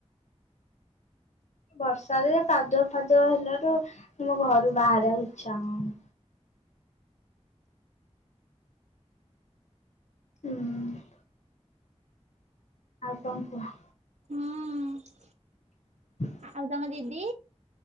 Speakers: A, on the left; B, on the right.
A: ବର୍ଷାରେ କାଦୁଅ ଫାଦୁଆ ହେଲାଟୁ ମୁଁ ଘରୁ ବାହାରିବାକୁ ଇଚ୍ଛା ହୋଉନି। ଉଁ ହୁଁ। ଆଉ କଣ କୁହ।
B: ହୁଁ
A: <inaudible>
B: ଆଉ ତମ ଦିଦି?